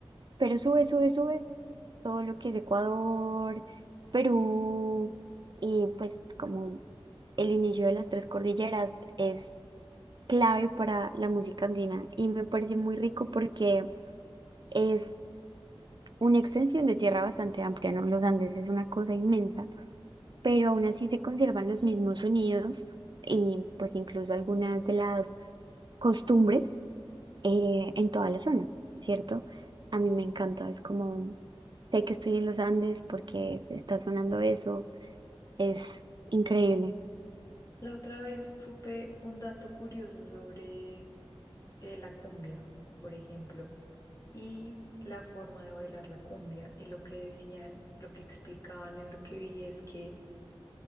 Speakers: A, on the right; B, on the left.
A: Pero sube, sube, subes todo lo que es Ecuador, Perú, y pues como el inicio de las tres cordilleras es clave para la música andina y me parece muy rico porque es una extensión de tierra bastante amplia, ¿no? Los Andes es una cosa inmensa, pero aún así se conservan los mismos sonidos y pues incluso algunas de las costumbres eh, en toda la zona, ¿cierto? A mí me encanta, es como, sé que estoy en los Andes porque está sonando eso, es increíble
B: La otra vez supe un dato curioso sobre eh, la cumbia, por ejemplo, y la forma de bailar la cumbia. Y lo que decían, lo que explicaban en lo que vi es que